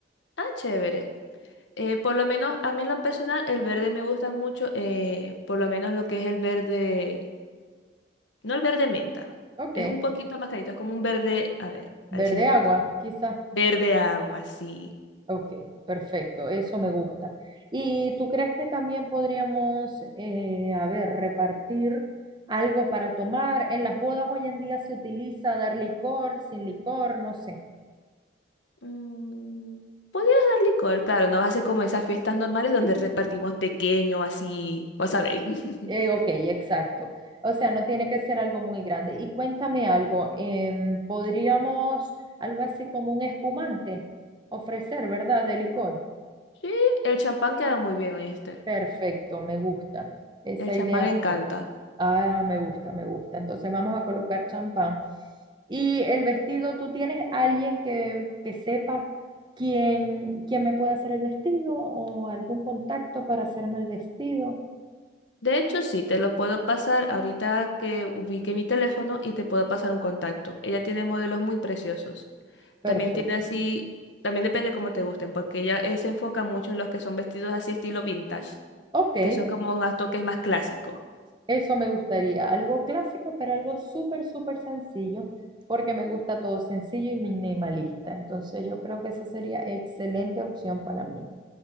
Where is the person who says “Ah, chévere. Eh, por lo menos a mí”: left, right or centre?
Left